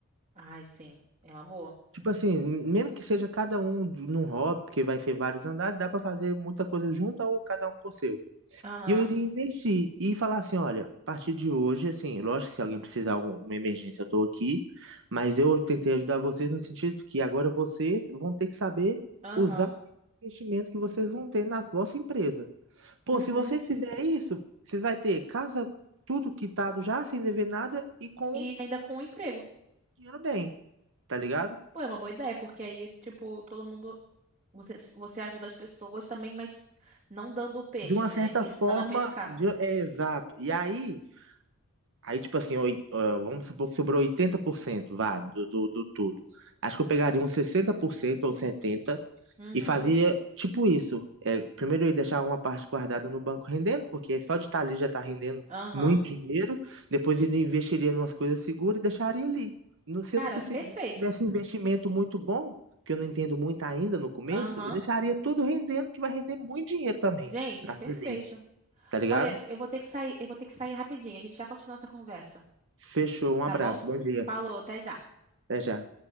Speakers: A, on the right; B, on the right.
A: Ai, sim, é uma boa.
B: Tipo assim, mesmo que seja cada um de- num hobby, porque vai ser vários andares, dá pra fazer muita coisa junta ou cada um com o seu.
A: Aham,
B: E eu iria investir e falar assim, olha, a partir de hoje, assim, lógico que se alguém precisar um- uma emergência, eu tô aqui, mas eu tentei ajudar vocês no sentido que agora vocês vão ter que saber
A: aham,
B: usar o investimento que vocês vão ter na vossa empresa. Pô,
A: uhum.
B: se vocês fizerem isso, vocês vai ter casa, tudo quitado já, sem dever nada e com
A: E ainda com o emprego.
B: dinheiro bem, tá ligado?
A: Pô, é uma boa ideia, porque aí, tipo, todo mundo. Você, você ajuda as pessoas também, mas não dando o peixe,
B: De uma
A: né?
B: certa
A: Ensinando
B: forma,
A: a pescar.
B: de- é exato. E aí, aí tipo assim, oi- ah, vamos supor que sobrou 80%, vá, do, do, do tudo. Acho que eu pegaria uns 60% ou 70%
A: Uhum,
B: E fazia tipo isso. É, primeiro eu deixava uma parte guardada no banco rendendo, porque só de estar ali já está rendendo
A: aham.
B: muito dinheiro. Depois ele investiria em umas coisas seguras e deixaria ali. No- Se
A: Cara,
B: eu não consegui-
A: perfeito.
B: tivesse investimento muito bom, que eu não entendo muito ainda no começo,
A: Aham.
B: eu deixaria tudo rendendo, que vai render muito dinheiro também
A: Gente,
B: na
A: perfeito.
B: Selic, tá ligado?
A: Olha, eu vou ter que sair, eu vou ter que sair rapidinho. A gente já continua essa conversa,
B: Fechou, um
A: tá
B: abraço,
A: bom?
B: bom dia.
A: Falou, até já.
B: Até já.